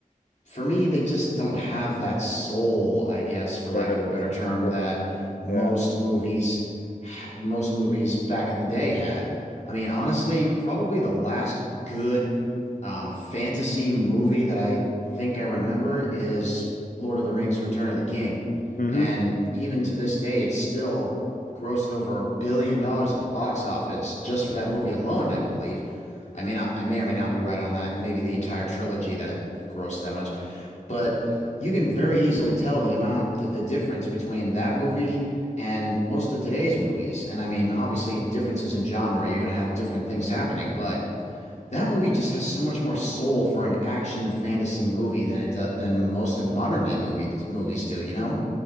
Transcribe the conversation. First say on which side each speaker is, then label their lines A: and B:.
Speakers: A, on the left; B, on the left.
A: for me, they just don't have that soul, I guess, for lack
B: There it
A: of
B: is.
A: a better term,
B: This whole-
A: that most
B: Yeah.
A: movies, most movies back in the day had. I mean, honestly, probably the last good um, fantasy movie that I think I remember is Lord of the Rings: Return of the King,
B: hmm
A: and even to this day, it's still grossed over a billion dollars at the box office just for that movie alone, I believe. I may not, I may or may not be right on that. Maybe the entire trilogy that grossed that much, but you can very easily tell the amount, the, the difference between that movie and most of today's movies. And I mean, obviously, differences in genre, you're going to have different things happening, but that movie just has so much more soul for an action fantasy movie than it do, than most of modern day movie movies do, you know?